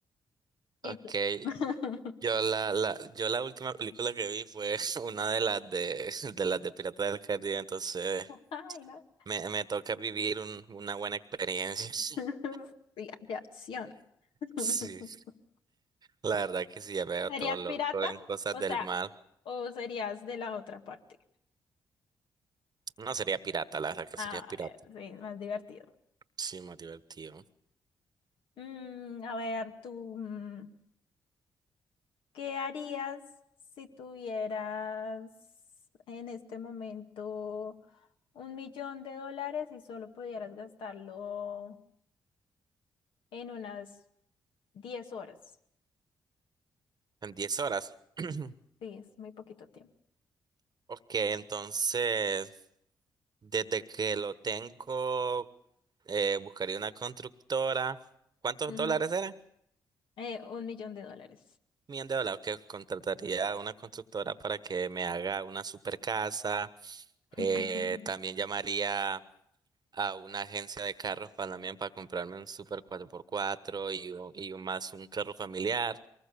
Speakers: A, on the left; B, on the right.
A: ¿Y
B: Ok,
A: tú? <laughs>
B: Yo la, la, yo la última película que vi fue <laughs> una de las de, de las de Piratas del Caribe, entonces
A: Ay, no.
B: me, me toca vivir un- una buena experiencia.
A: <laughs>
B: <laughs>
A: Sí, De acción. <laughs>
B: Sí, la verdad que sí, ya veo
A: ¿Serías
B: todo loco
A: pirata?
B: en cosas
A: O
B: del
A: sea,
B: mar.
A: ¿o serías de la otra parte?
B: No sería pirata, la verdad que
A: A
B: sería pirata.
A: ver, sí, es más divertido.
B: Sí, más divertido.
A: Mm, a ver, tú, mm, ¿qué harías si tuvieras en este momento un millón de dólares y solo pudieras gastarlo? en unas 10 horas.
B: En diez horas. <clears throat>
A: Sí, es muy poquito tiempo.
B: Ok, entonces, desde que lo tengo, eh, buscaría una constructora. ¿Cuántos
A: Ujú.
B: dólares eran?
A: Eh, un millón de dólares.
B: me han hablado que contrataría a una constructora para que me haga una super casa.
A: <laughs>
B: Eh, también llamaría a una agencia de carros para también para comprarme un super cuatro por cuatro y, un- y un más un carro familiar.